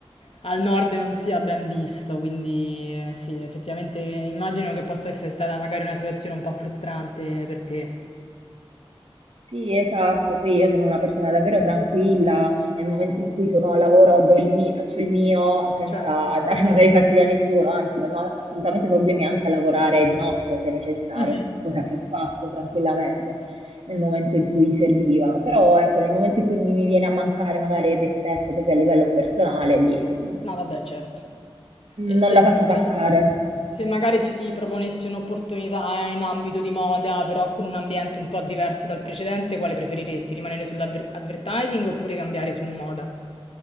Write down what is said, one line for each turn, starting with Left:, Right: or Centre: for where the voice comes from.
Left: al nord non sia ben visto, quindi eh, sì, effettivamente immagino che possa essere stata magari una situazione un po' frustrante per te.
Right: Sì, esatto. Poi io sono una persona davvero tranquilla, nel momento in cui sono al lavoro do il mi- faccio il mio senza
Left: Certo.
Right: dare magari fastidio a nessuno, anzi non ho assolutamente problemi anche a lavorare di notte se necessario,
Left: Mhm.
Right: cosa che ho fatto tranquillamente nel momento in cui serviva. Però ecco, nel momento in cui mi mi viene a mancare magari il rispetto proprio a livello personale, lì mm,
Left: No, vabbè, certo. E se
Right: non la faccio
Left: magari,
Right: Eh sì. passare.
Left: se magari ti si proponesse un'opportunità eh, in ambito di moda, però con un ambiente un po' diverso dal precedente, quale preferiresti? Rimanere sull'advertising oppure cambiare su moda?